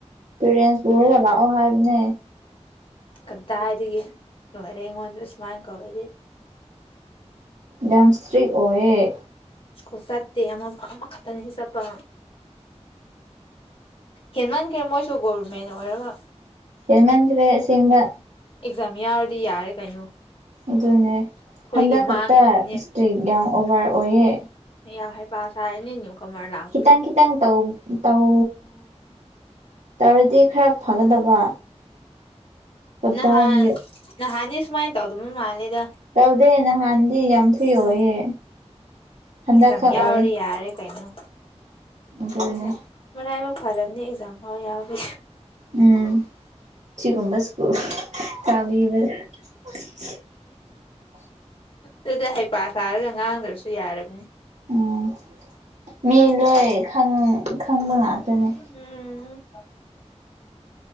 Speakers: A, on the right; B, on the left.
A: ꯄꯦꯔꯦꯟꯁ ꯄꯨꯔꯒ ꯂꯥꯛꯑꯣ ꯍꯥꯏꯕꯅꯦ
B: ꯀꯗꯥꯏꯗꯒꯤ ꯂꯣꯏꯔꯦ ꯑꯩꯉꯣꯟꯗ ꯁꯨꯃꯥꯏ ꯀꯧꯔꯗꯤ
A: ꯌꯥꯝ ꯏꯁꯇ꯭ꯔꯤ ꯑꯣꯏꯌꯦ
B: ꯏꯁ꯭ꯀꯨꯜ ꯆꯠꯇꯦ ꯑꯃ ꯑꯃꯈꯛꯇꯅꯤ ꯆꯠꯄ ꯍꯦꯟꯃꯟꯈ꯭ꯔꯦ ꯃꯣꯏꯁꯨ ꯒꯣꯕꯔꯃꯦꯟ ꯑꯣꯏꯔꯒ
A: ꯍꯦꯟꯃꯟꯈ꯭ꯔꯦ ꯑꯥꯁꯦꯡꯕ
B: ꯑꯦꯛꯖꯥꯝ ꯌꯥꯎꯔꯗꯤ ꯌꯥꯔꯦ ꯀꯩꯅꯣ
A: ꯑꯗꯨꯅꯦ
B: ꯑꯩꯈꯣꯏꯒꯤ
A: ꯍꯟꯗꯛ ꯈꯛꯇ
B: ꯃꯥꯡꯅꯅꯤꯅꯦ
A: ꯏꯁꯇ꯭ꯔꯤꯛ ꯌꯥꯝ ꯑꯣꯚꯔ ꯑꯣꯏꯌꯦ
B: <unintelligible> ꯂꯥꯛꯄꯒꯤ
A: ꯈꯤꯇꯪ ꯈꯤꯇꯪ ꯇꯧ ꯇꯧ ꯇꯧꯔꯗꯤ ꯈꯔ ꯐꯒꯗꯕ ꯀꯗꯥꯏꯗꯒꯤ
B: ꯎ ꯅꯍꯥꯟ ꯅꯍꯥꯟꯗꯤ ꯁꯨꯃꯥꯏꯅ ꯇꯧꯗꯕ ꯃꯥꯜꯂꯦꯗ
A: ꯇꯧꯗꯦ ꯅꯍꯥꯟꯗꯤ ꯌꯥꯝ ꯐꯔꯏ
B: ꯎꯝ
A: ꯑꯣꯏꯌꯦ ꯍꯟꯗꯛꯈꯛ
B: ꯑꯦꯛꯖꯥꯝ ꯌꯥꯎꯔꯗꯤ
A: ꯑꯣꯏꯌꯦ
B: ꯌꯥꯔꯦ ꯀꯩꯅꯣ
A: ꯑꯗꯨꯅꯦ
B: ꯑꯦꯛꯖꯥꯝ ꯃꯔꯥꯏꯕꯛ ꯐꯔꯕꯅꯤ ꯑꯦꯛꯖꯥꯝ ꯐꯥꯎ ꯌꯥꯎꯕꯤ
A: ꯎꯝ ꯁꯤꯒꯨꯝꯕ ꯏꯁꯀꯨꯜ ꯇꯥꯕꯤꯕ <unintelligible>
B: ꯑꯗꯨꯗꯤ ꯍꯩꯄꯥ ꯁꯥꯔꯒ ꯉꯥꯡꯗ꯭ꯔꯁꯨ ꯌꯥꯔꯕꯅꯤ
A: ꯎꯝ ꯃꯤ ꯂꯣꯏ ꯈꯪꯕ ꯉꯥꯛꯇꯅꯤ
B: ꯎꯝ